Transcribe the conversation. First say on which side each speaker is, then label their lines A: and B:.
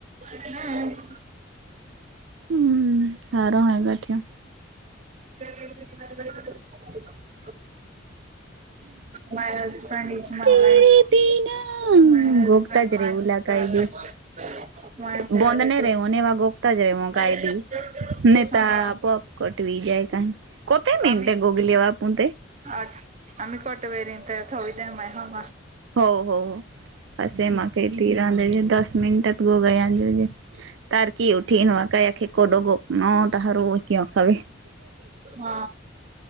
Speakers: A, on the right (about 35°); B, on the right (about 65°).
A: हा
B: हम्म हर आहे ग ठ <unintelligible>
A: <inaudible> <inaudible> माय हझबंड इज माय
B: तेरे
A: लाईफ
B: बिना
A: माय हजबंड
B: गोगता ज
A: माय
B: रेऊ ला
A: फेवरेट
B: काय बी
A: माय
B: बोंद
A: फेवरेट
B: ने रेवो <unintelligible>
A: इज हा
B: कोत म मिनटे
A: आम्ही
B: गोगलीले बापण ते <unintelligible>
A: आठ आम्ही कोटे वरी तरत होऊ द्या म ह <unintelligible>
B: हो हो हो असे मग का तीराां ज दस <unintelligible> मि गो <unintelligible> की उठी नवा काय खे कडो गो न तहारु व किं खा <unintelligible> वे
A: हा